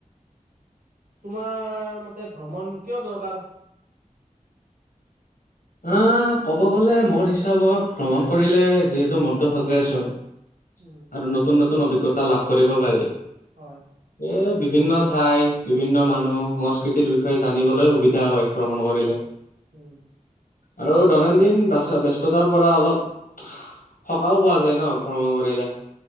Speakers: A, on the right (about 85°); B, on the left (about 85°).
A: তোমাৰ মতে ভ্ৰমণ কিয় দৰকাৰ?
B: অঁ, ক'ব গ'লে মোৰ হিচাপত ভ্ৰমণ কৰিলে যিহেতু মনটো সতেজ হয়।
A: উম।
B: আৰু নতুন নতুন অভিজ্ঞতা লাভ কৰিব পাৰি।
A: হয়।
B: এ বিভিন্ন ঠাই, বিভিন্ন মানুহ, সংস্কৃতিৰ বিষয়ে জানিবলৈ সুবিধা হয় ভ্ৰমণ কৰি
A: উম, উম।
B: আৰু দৈনন্দিন বাচ ব্যস্ততাৰ পৰা অলপ সকাও পোৱা যায় ন ভ্ৰমণ কৰিলে।